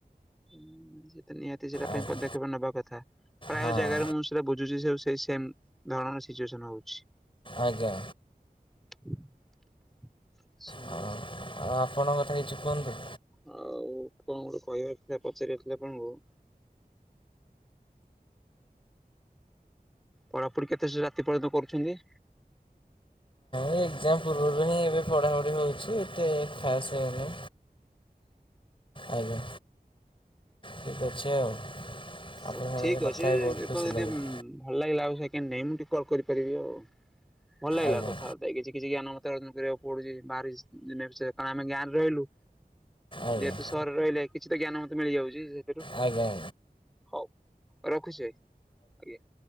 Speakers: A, in the centre; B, on the left.
A: ହୁଁ ସେ ତ ନିହାତି ସେଟା ପାଇଁ
B: ଆଜ୍ଞା
A: ପଦକ୍ଷେପ ନବା କଥା। ପ୍ରାୟ
B: ହଁ
A: ଜାଗାରେ ମୁଁ ସେଟା ବୁ ଯୋଉ ଯୋଉ ସବୁ ସେଇ ସେମ ଧରଣର ସିଚୁଏସନ ହଉଛି।
B: ଆଜ୍ଞା।
A: <inaudible>
B: ହଁ। ଆଉ ଆପଣଙ୍କ କଥା କିଛି କୁହନ୍ତୁ?
A: ଆଉ କଣ ଗୋଟେ କହିବାର ଥିଲା ପଚାରିବାର ଥିଲା ଆପଣଙ୍କୁ। ପଢାପଢି କେତେ ସେ ରାତି ପର୍ଯ୍ୟନ୍ତ କରୁଛନ୍ତି?
B: ଏ ଏକ୍ଜାମ୍ ପୂର୍ବରୁ ହିଁ ଏବେ ପଢ଼ାପଢ଼ି ହେଉଛି ଏତେ ଖାସ୍ ହେଉନି। ଆଜ୍ଞା। ଠିକ୍ ଅଛି
A: ହଉ
B: ଆଉ
A: ହଉ
B: ଆପଣଙ୍କ ସାଙ୍ଗରେ
A: ଠିକ୍
B: କଥା
A: ଅଛି
B: ହେଇ ବହୁତ
A: କେତେବେଳେ
B: ଖୁସି
A: ଯଦି
B: ଲାଗିଲା
A: ଭଲ ଲାଗିଲା ଆଉ ସେକେଣ୍ଡ ଟାଇମ୍ ମୁଁ ଟିକେ କଲ୍ କରିପାରିବି ଆଉ ଭଲ ଲାଗିଲା
B: ଆଜ୍ଞା
A: କଥା ହ ତ କିଛି କିଛି ଜ୍ଞାନ ମତେ ଅର୍ଜନ କରିବାକୁ ପଡୁଛି ବାହାରେ ଯେ <inaudible> ଗାଁ ରେ ରହିଲୁ।
B: ଆଜ୍ଞା
A: ଯେହେତୁ ସହରରେ ରହିଲେ କିଛି ତ ଜ୍ଞାନ ମତେ ମିଳିଯାଉଛି ସେଥିରୁ।
B: ଆଜ୍ଞା।
A: ହଉ ରଖୁଛି ଭାଇ ଆଜ୍ଞା।